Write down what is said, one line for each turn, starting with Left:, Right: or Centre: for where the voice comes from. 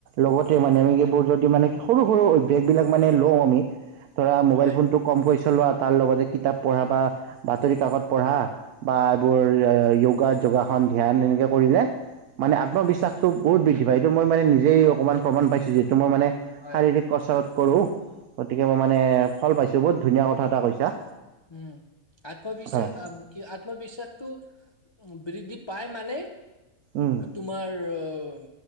Right: লগতে মানে আমি এইবোৰ যদি মানে কি সৰু সৰু অভ্যাসবিলাক মানে লওঁ আমি ধৰা মোবাইল
Left: হয়
Right: ফোনটো কমকৈ চলোৱা আৰু তাৰ লগতে কিতাপ পঢ়া বা বাতৰি কাকত পঢ়া বা এইবোৰ য়গা যোগাসন ধ্যান এনেকে কৰিলে মানে আত্মবিশ্বাসতটো বহুত বৃদ্ধি পায় এই মই নে নিজেই অকণমান প্ৰমণ পাইছো যে তোমাৰ মানে
Left: হয়
Right: শাৰীৰিক কচৰত কৰোঁ গতিকে মই মানে ফল পাইছোঁ বহুত ধুনীয়া কথা এটা কৈছা
Left: উম আত্মবিশ্বাস
Right: হয়
Left: আম কি আত্মবিশ্বাসটো বৃদ্ধি পাই মানে
Right: উম
Left: তোমাৰ অ উম